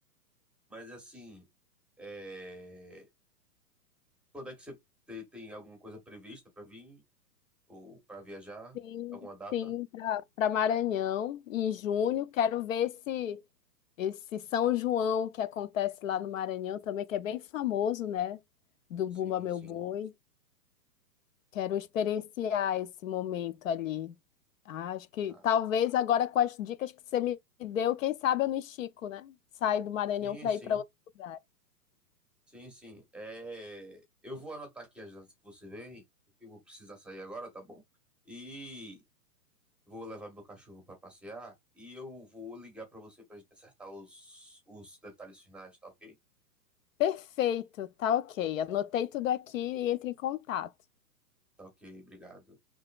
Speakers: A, in the centre; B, on the left (about 55°).
A: Mas assim, é, Quando é que você te- tem alguma coisa prevista para vir ou para viajar?
B: Sim,
A: Alguma data?
B: sim, para Maranhão em junho. Quero ver esse, esse São João que acontece lá no Maranhão também, que é bem famoso, né? Do Bumba
A: Sim,
B: Meu
A: sim.
B: Boi. Quero experienciar esse momento ali. Ah, Acho que
A: Ah,
B: talvez agora com as dicas que você me deu, quem sabe eu não estico, né? Saio do Maranhão
A: sim,
B: para
A: sim.
B: ir para outro lugar.
A: Sim, sim. É, eu vou anotar aqui as datas que você vem, porque eu vou precisar sair agora, tá bom? E vou levar meu cachorro para passear e eu vou ligar para você para gente acertar os, os detalhes finais, tá ok?
B: Perfeito, tá ok. Anotei tudo aqui e entre em contato.
A: Tá ok, obrigado.